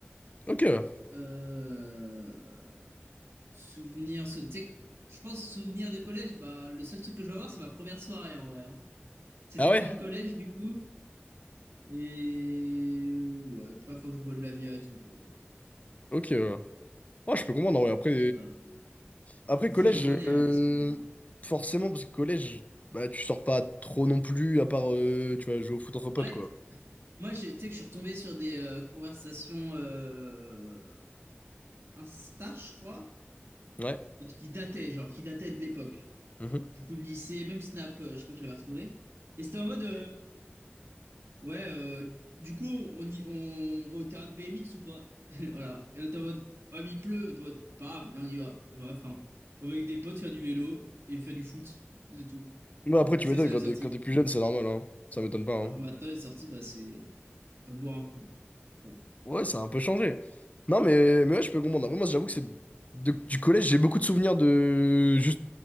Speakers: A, on the left; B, on the right.
A: Ok.
B: Euh... Souvenir, sou- tu sais, je pense souvenir de collège, bah le seul truc que je vais avoir, c'est ma première soirée en vrai. hein. C'était
A: Ah ouais?
B: fin de collège du coup, et euh, ouais, première fois que je bois de la bière et tout, quoi. en gros.
A: Ok. Moi, je peux comprendre, en
B: Et
A: vrai. Après,
B: lycée, bah,
A: Après,
B: lycée,
A: collège,
B: j'en ai
A: euh,
B: hein, des souvenirs. hein.
A: forcément, parce que collège, bah, tu sors pas trop non plus, à part, euh, tu vas jouer au foot entre potes,
B: En
A: quoi.
B: fait, moi, je- tu sais que je suis retombé sur des euh, conversations euh, Insta, je crois,
A: Ouais.
B: qui dataient, genre, qui dataient de l'époque.
A: Mhm.
B: Du coup, le lycée, même Snap, euh, je crois que j'avais retrouvé. Et c'était en mode. euh, Ouais, euh, du coup, on, on y- on va au terrain de BMX ou pas? <laughs> Voilà. Et on était en mode, ouais, mais il pleut. On était en mode, pas grave, viens, on y va. voilà enfin, on va avec des potes faire du vélo et faire du foot. C'est tout.
A: Ouais, après, tu
B: c'est
A: m'étonnes,
B: ça les
A: quand
B: sorties.
A: t'es, quand t'es plus jeune, c'est normal, hein. Ça m'étonne pas,
B: Alors
A: hein.
B: que maintenant, les sorties, bah, c'est on va boire un coup. Bon.
A: Ouais, ça a un peu changé. Non, mais, mais ouais, je peux comprendre. Après, moi, j'avoue que c'est... de- du collège, j'ai beaucoup de souvenirs de juste